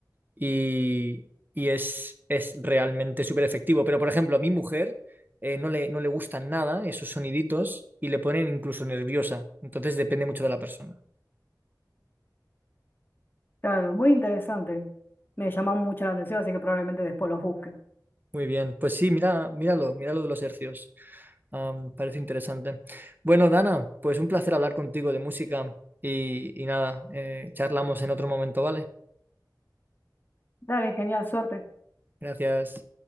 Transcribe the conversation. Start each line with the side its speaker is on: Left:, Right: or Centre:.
Right: Y, y es, es realmente súper efectivo. Pero, por ejemplo, a mi mujer eh, no le, no le gustan nada esos soniditos y le ponen incluso nerviosa. Entonces, depende mucho de la persona.
Left: Claro, muy interesante. Me llama mucho la atención, así que probablemente después los busque.
Right: Muy bien, pues sí, mira, míralo, míralo de los hercios. Am, parece interesante. Bueno, Dana, pues un placer hablar contigo de música y, y nada, eh, charlamos en otro momento, ¿vale?
Left: Dale, genial, suerte.
Right: Gracias.